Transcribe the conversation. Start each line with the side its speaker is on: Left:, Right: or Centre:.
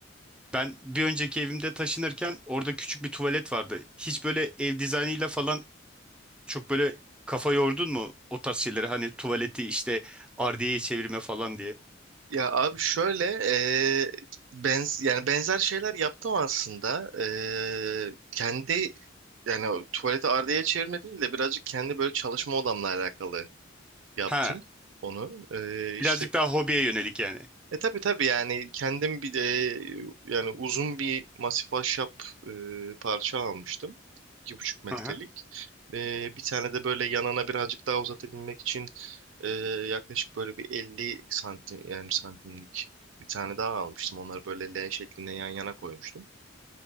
Centre: Ben bir önceki evimde taşınırken orada küçük bir tuvalet vardı. Hiç böyle ev dizaynıyla falan çok böyle kafa yordun mu o tarz şeylere? Hani tuvaleti işte ardiyeye çevirme falan diye.
Right: Ya abi şöyle e, benz yani benzer şeyler yaptım aslında. E, kendi yani o tuvaleti ardiyeye çevirme değil de birazcık kendi böyle çalışma odamla alakalı yaptım
Centre: Ha,
Right: onu. E, işte
Centre: birazcık daha hobiye yönelik yani.
Right: e tabii tabii yani kendim bir de e, yani uzun bir masif ahşap e, parça almıştım. iki buçuk metrelik.
Centre: Hı hı.
Right: E, bir tane de böyle yanına birazcık daha uzatabilmek için e, yaklaşık böyle bir 50 santim yani santimlik bir tane daha almıştım. Onları böyle L şeklinde yan yana koymuştum.